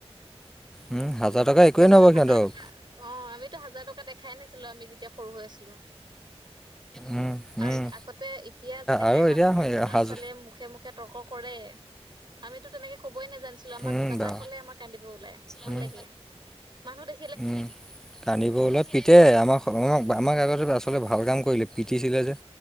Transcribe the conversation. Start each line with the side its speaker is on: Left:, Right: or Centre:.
Centre: উম, হাজাৰ টকা একোৱেই
Right: আমিতো
Centre: নহ'ব
Right: হাজাৰ
Centre: সিহঁতক
Right: টকা অহ আমিতো হাজাৰ টকা দেখ খাই নাছিলো, আমি যেতিয়া সৰু হৈ আছিলো
Centre: উম,
Right: আৰু
Centre: উম,
Right: আগতে এতিয়া যেনেকে মানুহে
Centre: আৰু এতিয়া
Right: ল'ৰা
Centre: হাজ
Right: ছোৱালীয়ে মুখে মুখে তৰ্ক কৰে, আমিতো তেনেকে কব কবই নোজানিছিলো। আমাৰ
Centre: উম,
Right: কিবা
Centre: বা
Right: এটা কলে আমাক কান্দিব ওলাই, ভয়
Centre: উম,
Right: লাগে, মানুহ দে
Centre: উম, কান্দিব ওলাই, পিতে আমাক আমাক আমাক আগতে আচলতে ভাল কাম কৰিলে পিটিছিলে যে